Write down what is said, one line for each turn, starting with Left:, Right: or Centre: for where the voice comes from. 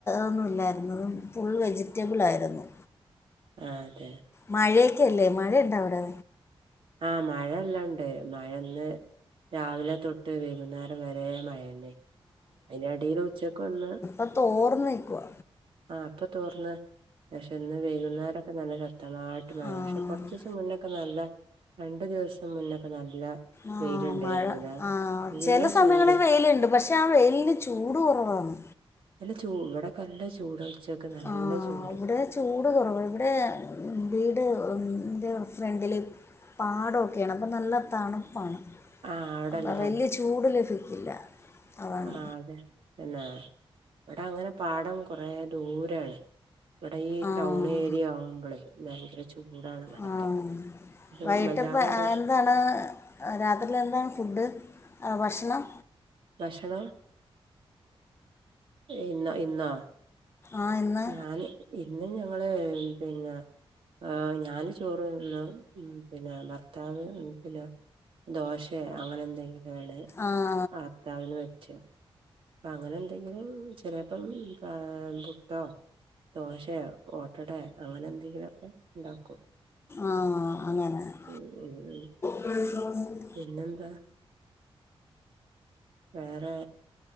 Left: ഒന്നുല്ലായിരുന്നു ഫുൾ വെജിറ്റബിൾ ആയിരുന്നു
Right: ആ അതെ
Left: മഴയൊക്കെ അല്ലേ മഴയുണ്ടോ അവിടെ
Right: ആഹ് മഴ എല്ലണ്ട് മഴന്ന് രാവിലെ തൊട്ട് വൈകുന്നേരം വരെ മഴന്നെ അയ്നടീല് ഉച്ചക്ക് ഒന്ന്
Left: അ തോർന്നു നികുവാ
Right: ആഹ് ഇപ്പൊ തോർന്ന് പക്ഷെ ഇന്ന് വൈകുന്നേരൊക്കെ നല്ല ശക്തമായിട്ട് മഴേ
Left: ആ
Right: പക്ഷെ കൊർച്ചീസം മുന്നൊക്കെ നല്ല രണ്ടു ദിവസം മുന്നൊക്കെ നല്ല
Left: ആ
Right: വെയിലുണ്ടായിരുന്നില്ലേ
Left: മഴ ആ
Right: നല്ല
Left: ചെല സമയങ്ങളിൽ
Right: ചൂട്
Left: വെയിലുണ്ട് പക്ഷെ പക്ഷെ ആ വെയിലിന് ചൂട് കുറവാണ്
Right: നല്ല ചൂ ഇവടൊക്കെ നല്ല ചൂടാ ഉച്ചക്ക് നല്ല
Left: ആഹ്
Right: ചൂട്
Left: ഇവിടെ ചൂട് കുറവ് ഇവടെ വീട്ന്റെ ഫ്രണ്ടിൽ പാടൊക്കെയാണ് അപ്പ നല്ല തണുപ്പാണ്
Right: ആഹ് അവിടെല്ല
Left: അപ്പൊ വല്യ ചൂട് ലഭിക്കില്ല അതാണ്
Right: ആ അതെ പിന്നെ ഇവടെ അങ്ങനെ പാടം കൊറെ ദൂരാണ് ഇവടെ ഈ
Left: ആഹ്
Right: ടൗൺ ഏരിയ ആവുമ്പളയ് ഭയങ്കര ചൂടാണ് ഇവടൊക്കെ.
Left: ആഹ്
Right: അതും
Left: വൈകിട്ടപ്പം
Right: വല്ലാതങ്ട്ട്
Left: എന്താണ് ഏഹ് രാത്രിയിലെന്താണ് ഫുഡ് ഏഹ് ഭക്ഷണം?
Right: ഭക്ഷണം ഇന്നോ ഇന്നോ?
Left: ആഹ് ഇന്ന്
Right: ഞാന് ഇന്ന് ഞങ്ങള് പിന്നെ ആഹ് ഞാന് ചോറ് തിന്നും. ഉം, പിന്നെ ഭർത്താവ് ഉം പിന്നെ ദോശേ അങ്ങനെ എന്തെങ്കിലും ആണ്
Left: ആഹ്
Right: അർത്താവിന് പറ്റും. പ്പ അങ്ങനെ എന്തെങ്കിലും ചെലേപ്പം ആഹ് പുട്ടോ ദോശയോ ഓ ട്ടടെ അങ്ങനെ എന്തെങ്കിലൊക്കെ ഇണ്ടാക്കും.
Left: ആഹ് അങ്ങനെ
Right: ഉം ഉം ഉം.
Left: <unintelligible>
Right: പിന്നെന്താ വേറെ?